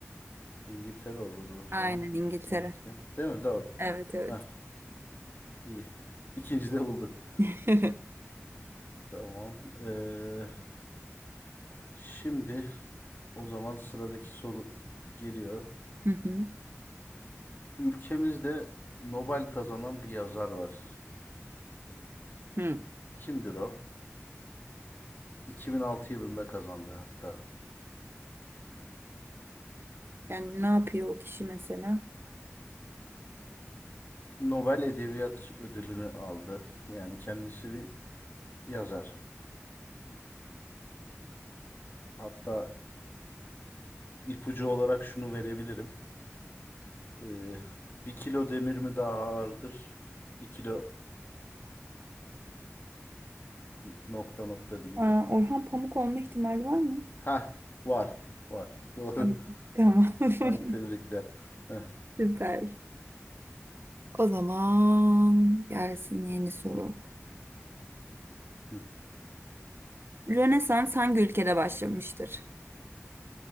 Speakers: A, on the left; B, on the right.
A: İngiltere olur o zaman
B: Aynen İngiltere.
A: mantıken. Değil mi? Doğru.
B: Evet evet.
A: Heh, iyi. İkinci de bulduk.
B: <laughs>
A: Tamam. Ee, şimdi o zaman sıradaki soru geliyor.
B: Hı hı.
A: Ülkemizde Nobel kazanan bir yazar var.
B: Hı.
A: Kimdir o? 2006 yılında kazandı hatta.
B: Yani ne yapıyor o kişi mesela?
A: Nobel Edebiyat Ödülünü aldı. Yani kendisi bir yazar. Hatta ipucu olarak şunu verebilirim. Ee, bir kilo demir mi daha ağırdır? Bir kilo nokta nokta diyeyim.
B: Aa, Orhan Pamuk olma ihtimali var mı?
A: Ha, var, var. Doğru.
B: Tamam.
A: <laughs>
B: Tamam. <laughs>
A: Ha, Tebrikler. Heh,
B: Süper. O zaman gelsin yeni soru.
A: hı.
B: Rönesans hangi ülkede başlamıştır?